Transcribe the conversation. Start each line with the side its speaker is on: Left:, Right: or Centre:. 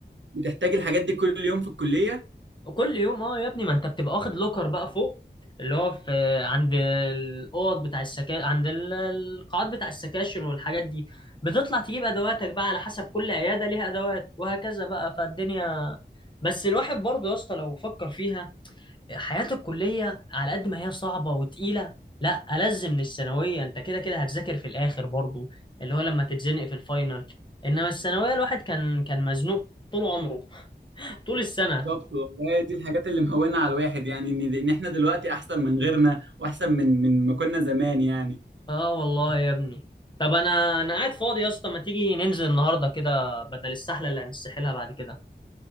Right: بتحتاج الحاجات دي كل يوم في الكلية
Left: كل يوم اه يا ابني ما انت بتبقى واخد لوكر بقى فوق اللي هو في عند الاوض بتاع السكا عند ال- القاعات بتاع السكاشن والحاجات دي بتطلع تجيب ادواتك بقى على حسب كل عياده ليها ادوات وهكذا بقى فالدنيا بس الواحد برضه يا اسطى لو فكر فيها حياه الكليه على قد ما هي صعبه وتقيله لا ألذ من الثانويه انت كده كده هتذاكر في الاخر برضه اللي هو لما تتزنق في الفاينل انما الثانويه الواحد كان كان مزنوق طول عمره طول السنة
Right: بالظبط والله دي الحاجات اللي مهونة على الواحد يعني إن إن إحنا دلوقتي أحسن من غيرنا وأحسن من من ما كنا زمان يعني
Left: اه والله يا ابني طب انا انا قاعد فاضي يا اسطى ما تيجي ننزل النهارده كده بدل السحله اللي هنستحلها بعد كده